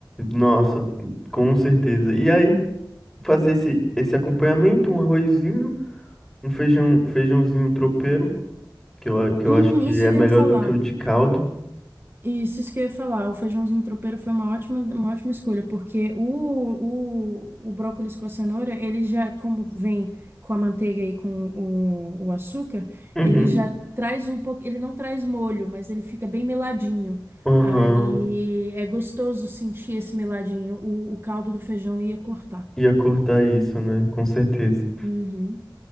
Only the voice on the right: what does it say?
Hum,
isso
que
eu ia falar.
Isso, isso que eu ia falar. O feijãozinho tropeiro foi uma ótima, uma ótima escolha, porque o, o, o brócolis com a cenoura, ele já, como vem com a manteiga e com o, o açúcar,
ele já traz um pouco. Ele não traz molho, mas ele fica bem meladinho.
Aí é gostoso sentir esse meladinho. O, o caldo do feijão ia cortar.
Uhum.